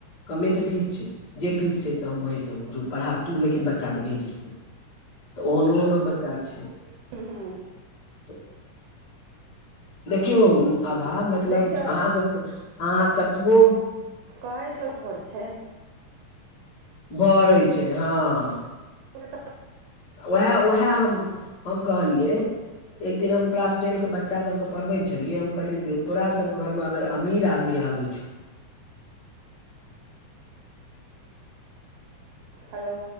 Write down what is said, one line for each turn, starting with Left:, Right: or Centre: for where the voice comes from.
Left: कमे तऽ फिस छै जे फिस छै से हम भैर देबो जो पढ़ा तू लेकिन बच्चाके भेज स्कूल तऽ ओहनो-ओहनो बच्चा छै।
Right: हूँ-हूँ।
Left: त देखियौ
Right: हूँ
Left: अभाब मतलब
Right: देखियौ
Left: अहाँके से अहाँ कतबो
Right: कहै के घर छै।
Left: भरै छै हां।
Right: <unintelligible>
Left: उहै उहै हम-हम कहलियै एक दिन हम क्लास टेन के बच्चा सबके पड़बै छलियै हम कहलियै दे तोरा सब घरमे अगर अमिर आदमी आबै छौ।
Right: हलो।